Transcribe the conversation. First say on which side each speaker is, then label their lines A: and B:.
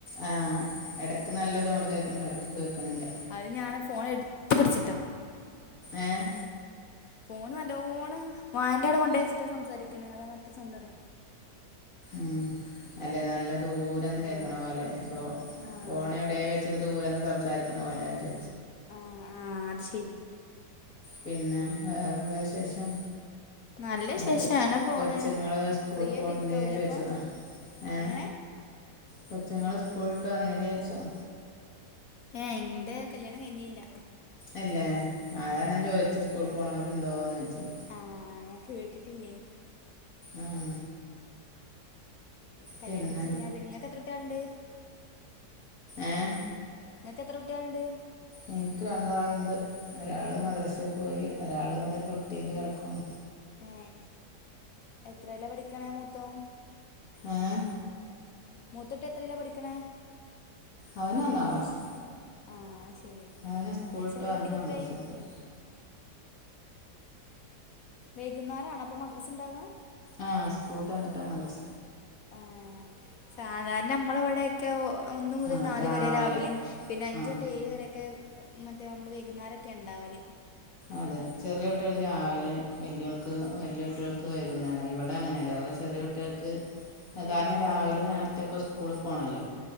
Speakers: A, on the left; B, on the left.
A: ആ ഇടക്ക് നല്ല സൗണ്ട് കേൾക്ക്‌ണ്ട് ഇടയ്ക്ക് കേക്കണില്ല
B: അത് ഞാൻ ഫോൺ എടുത്ത് പിടിച്ചിട്ടാ
A: ഏഹ്
B: ഫോണ് നല്ലോണം വായന്റെടെ കൊണ്ടയ്‌ച്ചിട്ടാ സംസാരിക്കണ അതാണ് അത്ര സൗണ്ട് വന്ന്
A: ഉ അല്ലെ നല്ല ദൂരന്ന്
B: ആ
A: കേക്കണ പോല്ലേ സോ
B: ആ
A: ഫോണ എവിടെയ
B: ശരി
A: വെ ഇച്ചിരി ദൂരന്ന് സംസാരിക്കണ പോലെത്
B: ആഹ ആഹ അത് ശെരി
A: പിന്നെ വേറെ എന്താ വിശേഷം
B: നല്ല
A: അല്ല
B: വിശേഷം
A: കൊ
B: അങ്ങനെ പോണ്
A: കൊച്ചുങ്ങള് സ്കൂള്
B: ഫ്രീ
A: പോണില്ലേ
B: ആയിട്ട് ഇരിക്കാവൂലേ
A: ചോയ്ച്ചതാ
B: അപ്പം
A: ഏഹ
B: എങ്ങനെ
A: കൊച്ചുങ്ങള് സ്കൂളിട്ട് വന്നില്ലേ ചോയ്ച്ചതാ
B: ഏ ഇന്റെ കല്യാണം കഴിഞ്ഞില്ല
A: അല്ലേ
B: ഇല്ല
A: അത ഞാൻ ചോദിച്ചു സ്കൂള് പോണോരു ഉണ്ടോന്ന് ചോദിച്ചത്
B: ആഹ ഞാൻ കേട്ടിട്ടില്ലേ
A: ഉം
B: കല്യാണണം
A: പിന്നെ
B: കഴിച്ചില്ല. പിന്ന ഇങ്ങക്ക് എത്ര കുട്ട്യാള് ഇണ്ട്
A: ഏഹ്
B: ഇങ്ങക്ക് എത്ര കുട്ട്യാളുണ്ട്
A: ഇനിക്ക് രണ്ടാളുണ്ട്. ഒരാള്
B: ഏഹ്
A: മദ്രസൽ പോയി ഒരാൾ ഇവിടെ തൊട്ടിൽ കിടക്ക്ണു
B: ഏ എത്രലേ പഠിക്കെണെ മൂത്തോൻ
A: ഏഹ്
B: മൂത്തട്ടി എത്രേലാ പഠിക്കണേ
A: അവന് ഒന്നാം ക്ലാസ്സിൽ
B: ആഹ ശരി
A: അവന് സ്കൂളിട്ട്
B: മറ്റേ ചെറ്യേ
A: വന്ന്
B: കുട്ടിക്ക്
A: മദ്രസയിൽ
B: എത്രായി
A: പോയി
B: വേകുന്നരാണോ അപ്പ മദ്രസ ണ്ടാവാ
A: ആ സ്കൂള്ട്ട് വന്നിട്ടാണ് മദ്രസ
B: ആ സാധാരണ നമ്മളവിടെ ക്കെ ഒന്നു മുതൽ
A: ആ
B: നാല്
A: രാവിലെ
B: വരെ രാവിലെയും പിന്നെ അഞ്ച്
A: ആ
B: തൊട്ട് ഏഴ് വരൊക്കെ മറ്റേ നമ്മള് വൈകുന്നേരൊക്കെ ഇണ്ടാവല്
A: അതെ ചെറിയ കുട്ട്യള്ക്ക്‌ രാവിലെ വല്ലിയൾക്ക് വല്യേ കുട്ടിൾക്ക് വൈകുന്നേരം ഇവിടെ അങ്ങനല്ല ഇവിടെ ചെറിയ കുട്ടികൾക്ക് അ
B: വൈകുന്നേരം
A: കാരണം രാവിലെ നേരത്തെ ഇപ്പോ സ്കൂളിൽ പോകണല്ലോ